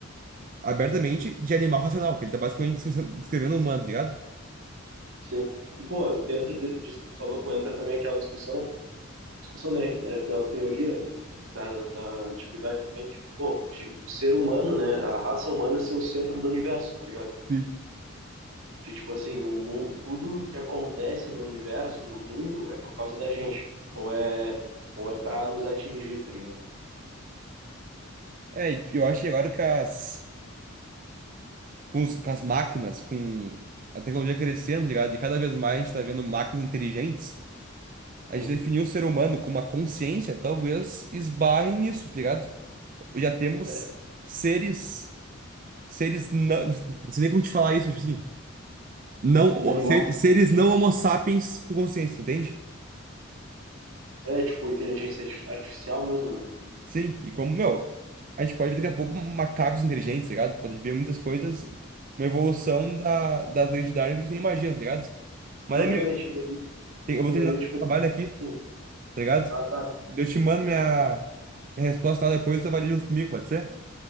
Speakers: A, on the right; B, on the right.
A: abertamente de animal racional, que ele tá basicamente descrevendo descrevendo o humano, tá ligado?
B: sim. E, pô, dentro de- disso que tu falou, pô, entra também aquela discussão, discussão, né? é Aquela teoria da, da antiguidade também de, pô, de o ser humano, né? A raça humana ser o centro do universo, tá ligado?
A: Sim.
B: De, tipo assim, o, mu- tudo que acontece no universo, no mundo, é por causa da gente. Ou é, ou é pra nos atingir, tá ligado?
A: É, e eu acho que agora que as, com, os- com as máquinas, com a tecnologia crescendo, tá ligado? E cada vez mais a gente tá vendo máquinas inteligentes. a
B: Sim.
A: gente definiu o ser humano como uma consciência, talvez esbarre nisso, tá ligado? Já temos
B: É,
A: seres, seres não, <laughs> não sei nem como te falar isso, mas tipo assim, não, o-
B: Inanimado.
A: ser- seres não homo sapiens com consciência, entende?
B: É, tipo, inteligência arti- artificial mesmo, né?
A: Sim, e como, meu, a gente pode ver daqui a pouco macacos inteligentes, tá ligado? Pode ver muitas coisas, uma evolução da, das leis de Darwin que a gente nem imagina, tá ligado? Mas,
B: Exatamente.
A: amigo,
B: E, aí-
A: tem- eu vou
B: e
A: terminar
B: aí eu,
A: o
B: tipo,
A: trabalho aqui,
B: assim,
A: tá ligado?
B: ah, tá,
A: Eu te mando
B: beleza.
A: minha, minha resposta lá depois, tu avalia junto comigo, pode ser?